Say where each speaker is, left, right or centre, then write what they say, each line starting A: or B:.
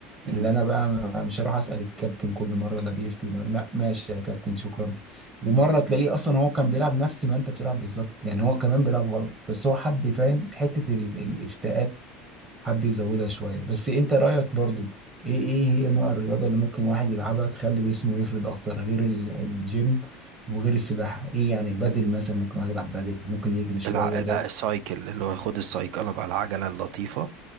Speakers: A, on the right (about 55°); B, on the right (about 20°).
A: امم
B: اللي انا بقى م- مش هروح اسال الكابتن كل مره ده بيفتي ده لا ماشي يا كابتن شكرا ومره تلاقيه اصلا هو كان بيلعب نفس ما انت بتلعب بالظبط يعني هو كمان بيلعب غلط بس هو حب فاهم حته ال- الافتاءات حب يزودها شويه بس انت رايك برضو ايه ايه هي نوع الرياضه اللي ممكن واحد يلعبها تخلي جسمه يفرد اكتر غير ال- الجيم وغير السباحه ايه يعني بدل مثلا ممكن واحد يلعب بدل ممكن يجري شويه
A: الع... الع-
B: ده
A: السايكل اللي هو خد السايكل بقى العجلة اللطيفة